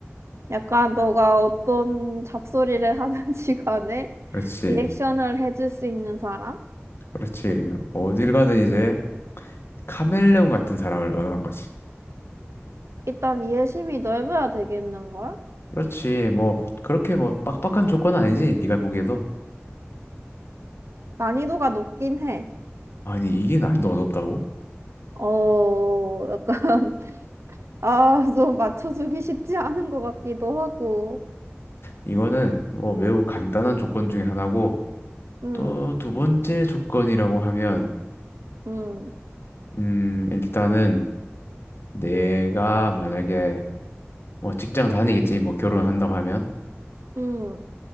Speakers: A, on the right; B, on the left.
A: 약간 너가 어떤 잡소리를 <laughs> 하든지 간에
B: 그렇지,
A: 리액션을 해줄 수 있는 사람?
B: 그렇지. 어딜 가든
A: 음.
B: 이제 카멜레온 같은 사람을 원하는 거지.
A: 일단 이해심이 넓어야 되겠는걸?
B: 그렇지. 뭐 그렇게 뭐 빡빡한 조건은 아니지. 네가 보기에도
A: 난이도가 높긴 해.
B: 아니 이게 난이도 어렵다고?
A: 어, 약간, <laughs> 아, 좀 맞춰주기 쉽지 않은 것 같기도 하고.
B: 이거는 뭐 매우 간단한 조건 중에 하나고
A: 음,
B: 또 두 번째 조건이라고 하면
A: 음,
B: 음 일단은 내가 만약에 뭐 직장 다니겠지. 뭐 결혼한다고 하면
A: 음,